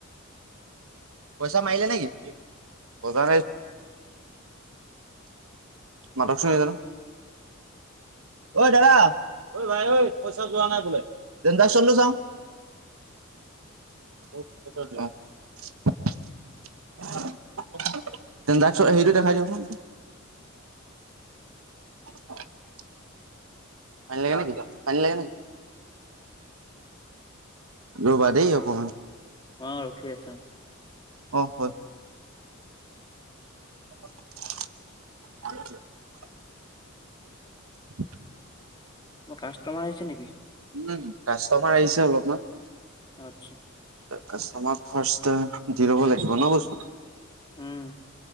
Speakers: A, on the right; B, on the left.
A: পইচা মাৰিলে নেকি? পজা <unintelligible> মাতক চোন এই জনক। ঐ দাদা, ঐ ভাই ঐ, পইচা যোৱা নাই তোলে, তেনজেকচনটো চাও? <unintelligible> অহ। ট্ৰেনজেক্‌চন হেৰিটো দেখাই দিওঁকচোন। <inaudible> পানী লাগে নেকি, পানী লাগে নেকি? ৰবা দেই অকমান।
B: অ', ৰখি আছো।
A: অ', হ'ল। <inaudible> <inaudible>
B: অ', কাষ্টোমাৰ আহিছে নেকি?
A: উম', কাষ্টোমাৰ আহিছে অলপমান।
B: আচ্ছা।
A: কাষ্টোমাৰক ফাষ্টে দি ল'ব লাগিব ন' বস্তু।
B: উম।